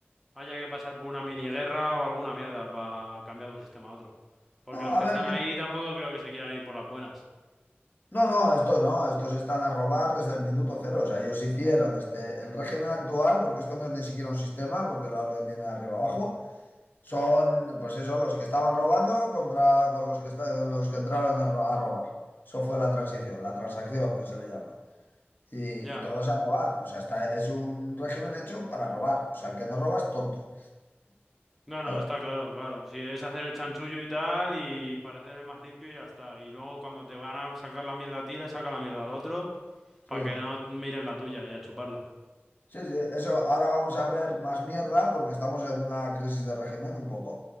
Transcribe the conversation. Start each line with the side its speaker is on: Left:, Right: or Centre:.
Centre: haya que pasar por una mini guerra o alguna mierda para cambiar de un sistema a otro. Porque
Left: No,
Centre: los
Left: a
Centre: que
Left: ver,
Centre: están
Left: yo-
Centre: ahí tampoco creo que se quieran ir por las buenas.
Left: no, no, estos no, estos están a robar desde el minuto cero. O sea, ellos hicieron este, el régimen actual, porque esto no es ni siquiera un sistema, porque la orden viene de arriba abajo. Son, pues eso, los que estaban robando contra con los que, esta- con los que entraron a, ro- a robar. Eso fue la transición, la transacción que se le llama. Y,
Centre: Ya.
Left: y todos a robar. O sea, está, es un régimen hecho para robar. O sea, el que no roba es tonto.
Centre: No, no,
Left: Claro.
Centre: está claro, claro. Si es hacer el chanchullo y tal, y parecer el más limpio, y ya está. Y luego cuando te van a sacar la mierda a ti, le saca la mierda al otro, para
Left: Sí,
Centre: que no miren la tuya y a chuparla.
Left: sí, sí. Eso, ahora vamos a ver más mierda porque estamos en una crisis de régimen un poco.